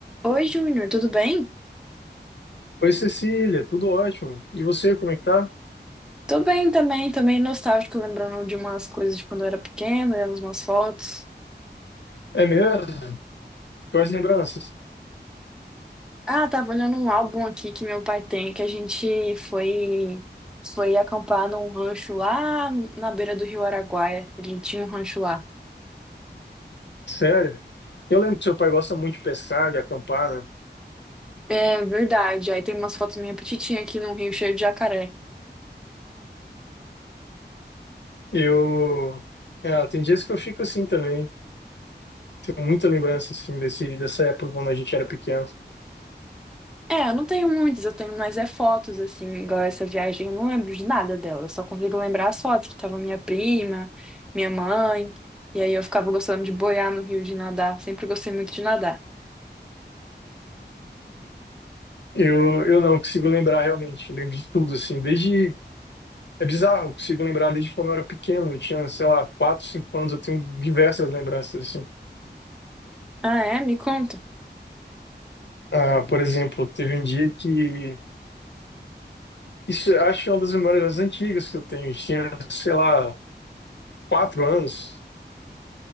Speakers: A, in the centre; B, on the left (about 75°).
A: Oi, Júnior, tudo bem?
B: Oi, Cecília, tudo ótimo. E você, como é que tá?
A: Tô bem também, também nostálgico, lembrando de umas coisas de quando eu era pequeno, olhando umas fotos.
B: É mesmo? Quais lembranças?
A: Ah, tava olhando um álbum aqui que meu pai tem, que a gente foi foi acampar num rancho lá na beira do Rio Araguaia. Ele tinha um rancho lá.
B: Sério? Eu lembro que seu pai gosta muito de pescar, de acampar, né?
A: É verdade, aí tem umas fotos minha petitinha aqui num rio cheio de jacaré.
B: Eu. É, tem dias que eu fico assim também. Tenho muita lembrança, assim, desse, dessa época quando a gente era pequeno.
A: É, eu não tenho muitas, eu tenho mais é fotos, assim, igual essa viagem, eu não lembro de nada dela, eu só consigo lembrar as fotos, que tava minha prima, minha mãe, e aí eu ficava gostando de boiar no rio, de nadar, sempre gostei muito de nadar.
B: Eu, eu não consigo lembrar realmente. Eu lembro de tudo, assim, desde. É bizarro, eu consigo lembrar desde quando eu era pequeno. Eu tinha, sei lá, 4, 5 anos, eu tenho diversas lembranças, assim.
A: Ah, é? Me conta.
B: Ah, por exemplo, teve um dia que Isso eu acho que é uma das memórias mais antigas que eu tenho. Eu tinha, sei lá, quatro anos.